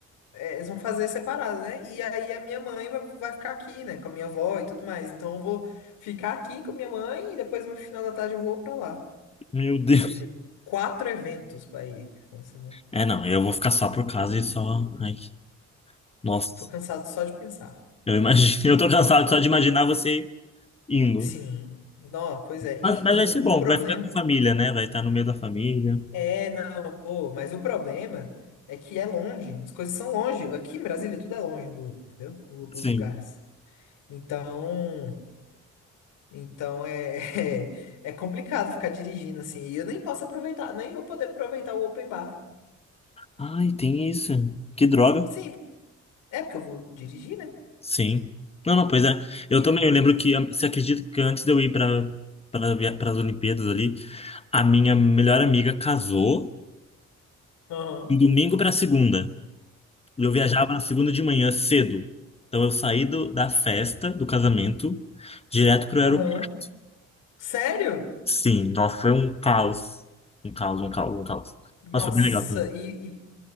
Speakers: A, on the left; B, on the left.
A: é, eles vão fazer separado, né? E aí a minha mãe vai, vai ficar aqui, né, com a minha avó e tudo mais, então eu vou ficar aqui com a minha mãe e depois no final da tarde eu vou pra lá.
B: Meu Deus.
A: Ou seja, quatro eventos pra ir. Nossa, meu.
B: É, não, eu vou ficar só por casa e só. Ai, nossa,
A: Tô cansado só de pensar.
B: eu imagino.
A: já.
B: <laughs> Eu tô cansado só de imaginar você indo.
A: Sim, não, pois é,
B: Mas,
A: e
B: mas vai ser
A: e o
B: bom,
A: problema.
B: vai ficar com a família, né? Vai estar no meio da família.
A: É, não, pô, mas o problema é que é longe, as coisas são longe. Aqui em Brasília tudo é longe um do outro, entendeu? O-
B: Sim.
A: Os lugares. Então, então é, <laughs> é é complicado ficar dirigindo assim. E eu nem posso aproveitar, nem vou poder aproveitar o open bar.
B: Ai, tem isso. Que droga.
A: Sim, é porque eu vou dirigir, né?
B: Sim. Não, não, pois é. Eu
A: E-
B: também, eu lembro que, você acredita que antes de eu ir para para as Olimpíadas ali, a minha melhor amiga casou
A: Aham,
B: de domingo para segunda. E eu viajava
A: uhum,
B: na segunda de manhã cedo. Então eu saí do, da festa, do casamento, direto pro
A: aham.
B: aeroporto.
A: Sério?
B: Sim, nossa, foi um caos. Um caos, um caos, um caos.
A: Nossa,
B: mas foi bem legal também.
A: e, e,